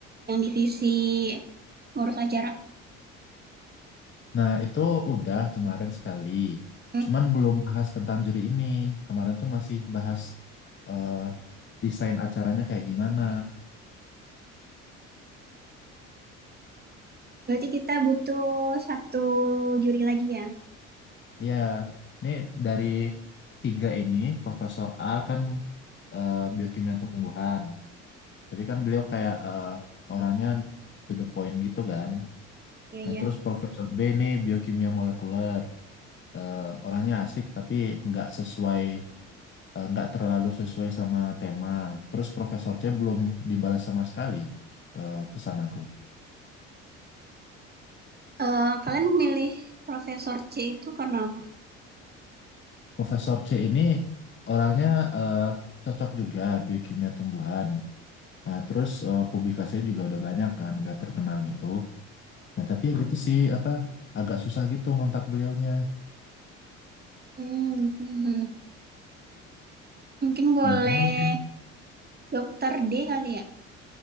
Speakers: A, on the right; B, on the left.
A: Yang divisi ngurus acara.
B: Nah, itu udah kemarin sekali.
A: Hmm.
B: Cuman belum bahas tentang juri ini. Kemarin tuh masih bahas eh desain acaranya kayak gimana.
A: Berarti kita butuh satu juri lagi ya.
B: Iya, ini dari tiga ini, Profesor A kan eh, biokimia tumbuhan. Tapi kan beliau kayak eh, orangnya to the point gitu kan.
A: Iya,
B: Nah,
A: iya.
B: terus Profesor B ini biokimia molekuler. Eh, orangnya asik tapi nggak sesuai, eh, nggak terlalu sesuai sama tema. Terus Profesor C belum dibalas sama sekali eh, pesan aku.
A: Eh, kalian milih Profesor C itu karena apa?
B: Profesor C ini orangnya eh, cocok juga biokimia tumbuhan. Nah, terus eh, publikasinya juga udah banyak kan, udah terkenal gitu. Nah, tapi ya gitu sih, apa agak susah gitu ngontak beliaunya.
A: Hmm, hmm. hmm. Mungkin boleh
B: Nah, kamu mungkin
A: Dokter D kali ya.